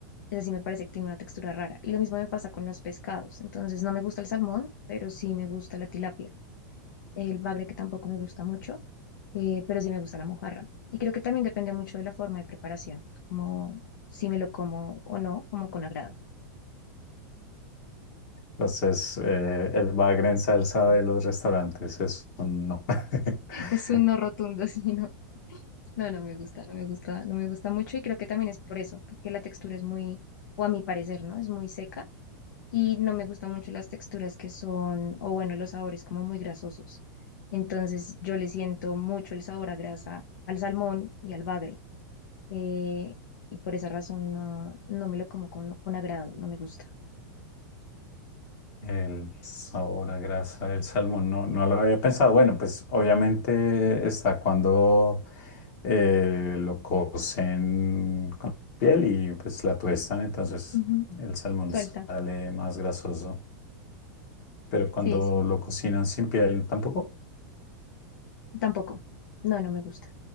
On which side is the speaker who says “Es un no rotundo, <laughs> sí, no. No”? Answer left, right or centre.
Left